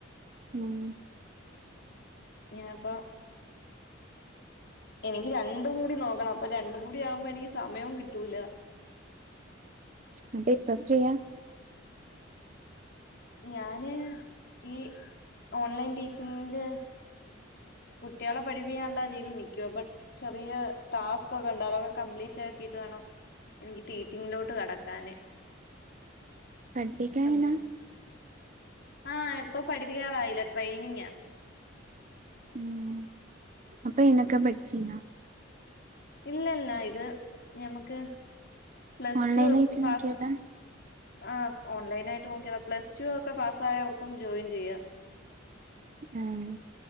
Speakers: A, on the right; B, on the left.
A: ഉം
B: ഞാ പ്പം എനിക്ക് രണ്ടും കൂടി നോക്കണം അപ്പൊ രണ്ടും കൂടി ആവുമ്പോ എനിക്ക് സമയവും കിട്ടൂല.
A: എന്നിട്ട് ഇപ്പം ചെയ്യാ
B: <inaudible> ഞാന് ഈ ഓണ്ലൈൻ ടീച്ചിങ്ങില് കുട്ടികളെ പഠിപ്പിക്കാനുള്ളതിൽ നിൽക്കുവാ അപ്പ ചെറിയ ടാസ്ക് ഒക്കെ ണ്ട് അതൊക്കെ കംപ്ലീറ്റ് ആക്കിട്ട് വേണം എനിക്ക് ടീച്ചിങ്ങിലോട്ട് കടക്കാന്.
A: <unintelligible> എങ്ങനാ
B: അന്നെ ആഹ് ഇപ്പൊ പഠിപ്പിക്കാറായില്ല ട്രെയിനിങാ.
A: ആഹ് അപ്പൊ എയ്നൊക്കെ പഠിച്ചിനാ.
B: ഇല്ല ല്ല ഇത് ഞമ്മക്ക് പ്ലസ്
A: ഓൺലൈനായിട്ട്
B: ടു പാസ്
A: നോക്കിയതാ
B: ആഹ് ഓൺലൈനായിട്ട് നോക്കിയതാ. പ്ലസ് ടു ഒക്കെ പാസ് ആയവർക്കും ജോയിൻ ചെയ്യാ.
A: ഏഹ്